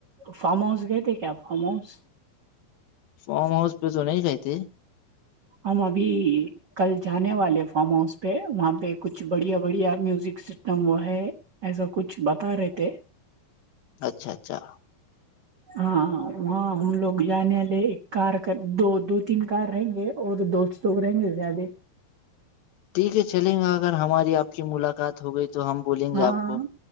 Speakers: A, on the right (about 75°); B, on the left (about 80°).
A: فارم ہاؤس گئے تھے کیا فارم ہاؤس
B: فارم ہاؤس پہ تو نہیں کہ تھ
A: ہمم ابھی کل جانے والے فارم ہاؤس پہ وہاں پہ کچھ بڑھیا بڑھیا میوزک سسٹم وہ ہے ایسا کچھ بتا رہے تھے
B: اچھا اچھا
A: ہاں وہاں ہم لوگ جانے والے ایک کار دو دو تین کار رہیں گے اور دو سوگ رہیں گے زیادہ
B: ٹھیک ہے چلیں گا اگر ہماری آپ کی ملاقات ہو گئی تو ہم بولیں گے
A: ہاں
B: آپ کو